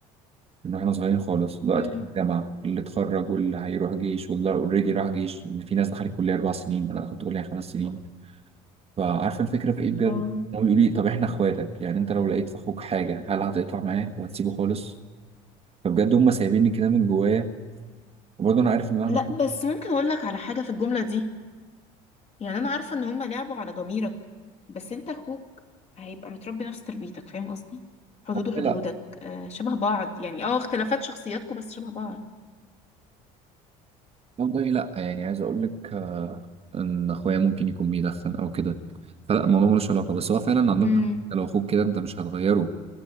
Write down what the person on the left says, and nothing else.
مم.
اه
لا بس ممكن اقول لك على حاجة في الجملة دي يعني انا عارفة ان هما لعبوا على ضميرك بس انت اخوك هيبقى متربي نفس تربيتك فاهم قصدي حدوده
حدودك آه شبه بعض يعني اه اختلافات شخصياتكم بس شبه بعض
امم